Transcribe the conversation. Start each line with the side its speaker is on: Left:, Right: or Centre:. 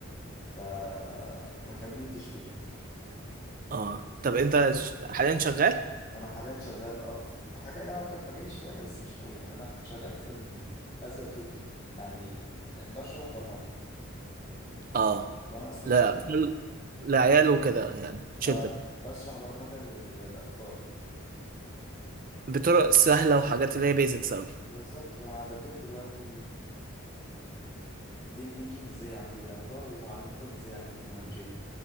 Left: فما كملتش فيها
Right: اه طب انت ش- حاليا شغال
Left: انا حاليا شغال اه في حاجه ليها علاقه بمجالي شويه بس مش قوي يعني انا شغال في ال as a tutor يعني بشرح برمجه
Right: اه
Left: وانا اصلا
Right: لا
Left: ايه
Right: اه لعيال وكده يعني children
Left: اه بشرح برمجه لل- للاطفال
Right: بطرق سهلة وحاجات اللي هي بيزكس أوي
Left: بالظبط طبعا انا بديهم دلوقتي جيم انجن ازاي يعملوا لعبه وعلمتهم ازاي يعملوا توم اند جيري